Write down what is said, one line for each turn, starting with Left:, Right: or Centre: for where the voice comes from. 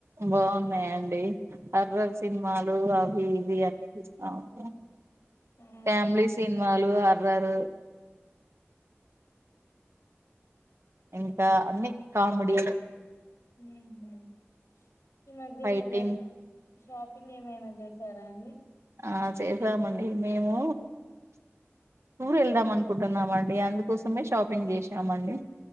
Right: బాగున్నాయి హర్రర్ సినిమాలు అవి ఇవి అన్నీ చూస్తా ఉంటామ్
Left: ఆహా
Right: ఫ్యామిలీ సినిమాలు హర్రర్ ఇంకా అన్ని కామెడీ
Left: హ్మ్ ఈ మధ్యటల
Right: ఫైటింగ్
Left: ఎంత షాపింగ్ ఏమైనా చేసారా అండి
Right: ఆ చేశామండి మేము టూర్ వెళ్దాం అనుకుంటున్నామండి అందుకోసమే షాపింగ్ చేసామండి